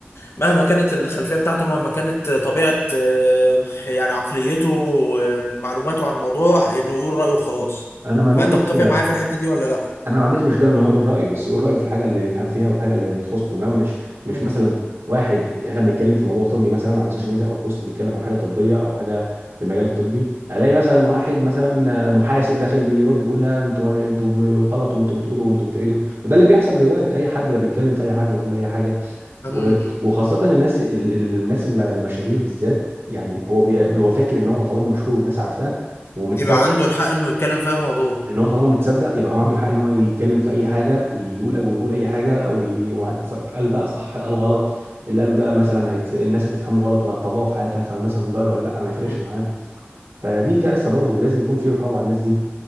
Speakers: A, on the left; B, on the right.
A: مهما كانت الخلفية بتاعته مهما كانت طبيعة آه، يعني عقليته ومعلوماته عن الموضوع انه يقول رأيه وخلاص
B: انا ما عنديش
A: فانت
B: مشكله
A: متفق معايا في الحتة دي ولا لا
B: انا ما عنديش مشكله ان هو يقول رايه بس يقول رايه في الحاجه اللي يفهم فيها والحاجه اللي تخصه انما مش مش
A: مم.
B: مثلا واحد احنا بنتكلم في موضوع طبي مثلا على السوشيال ميديا او بوست بيتكلم عن حاجه طبيه او حاجه في المجال الطبي الاقي مثلا واحد مثلا محاسب داخل بيرد بيقول لا انتوا انتوا غلط وانتوا بتقولوا وانتوا بتعيدوا وده اللي بيحصل دلوقتي اي حد بقى بيتكلم في اي حاجه وبيقول اي حاجه
A: مم.
B: و- وخاصه الناس ال- ال- الناس المشاهير بالذات يعني هو بي- هو فاكر ان هو طالما مشهور والناس عارفاه ومتصدق
A: يبقى عنده الحق انه يتكلم في اي موضوع
B: ان هو طالما متصدق يبقى هو عنده الحق ان هو يتكلم في اي حاجه ويقول ويقول اي حاجه وي- وع- قال بقى صح قال غلط اللي قاله ده مثلا هيت... الناس هتفهمه غلط وهتطبقه في حياتها فالناس هتتضرر ولا لا ما يفرقش
A: مم.
B: معاه فدي كارثه برضه ولازم يكون في رقابه على الناس دي